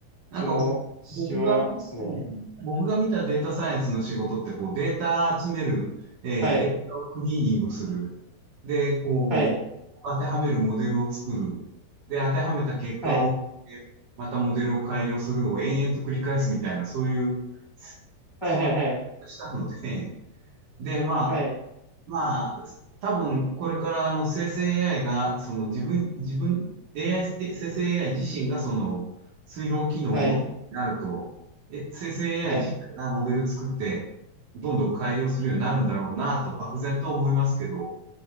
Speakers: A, on the right; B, on the left.
A: なんか僕、
B: 気もしますね。
A: 僕が、うん、僕が見たデータサイエンスの仕事って、こう、データ集める、えーデータをクリーニングする。
B: はい、
A: で、こう、
B: はい、
A: 当てはめるモデルを作る。で、当てはめた結果を、
B: はい、
A: えまたモデルを改良するを延々と繰り返すみたいな、そういう、
B: はい、
A: そうい
B: はい、はい、
A: うしたので、で、まあ、
B: はい、
A: まあ、多分これからあの生成 AI が、その自分、自分、AI、え生成 AI 自身がその推論機能を持つようになると、
B: はい、
A: え、生成 AI
B: はい
A: 自体がモデル作って、どんどん改良するようになるんだろうなと、漠然と思いますけど、